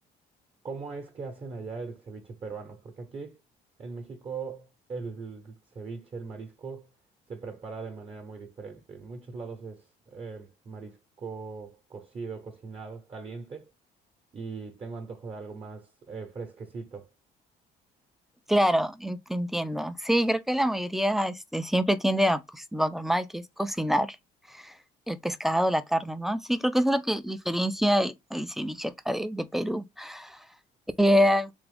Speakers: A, on the right; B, in the centre.
A: ¿Cómo es que hacen allá el ceviche peruano? Porque aquí en México el ceviche, el marisco, se prepara de manera muy diferente. En muchos lados es eh, marisco cocido, cocinado, caliente, y tengo antojo de algo más eh, fresquecito.
B: Claro, en- te entiendo. Sí, creo que la mayoría este, siempre tiende a pues, lo normal que es cocinar el pescado, la carne, ¿no? Sí, creo que eso es lo que diferencia el, el ceviche acá de, de Perú. Eh,